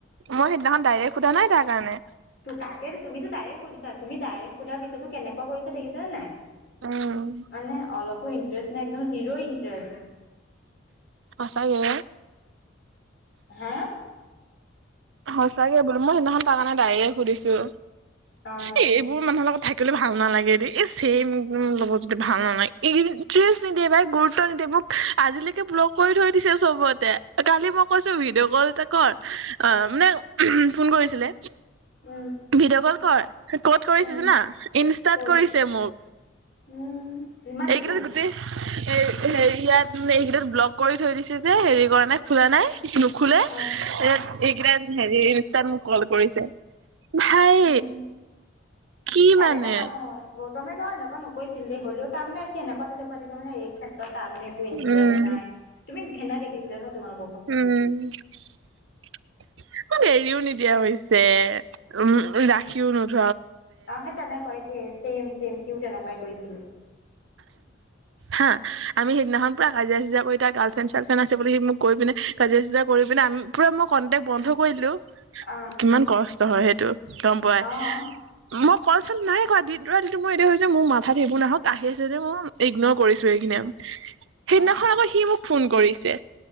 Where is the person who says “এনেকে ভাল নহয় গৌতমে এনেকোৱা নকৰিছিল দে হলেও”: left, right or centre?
Left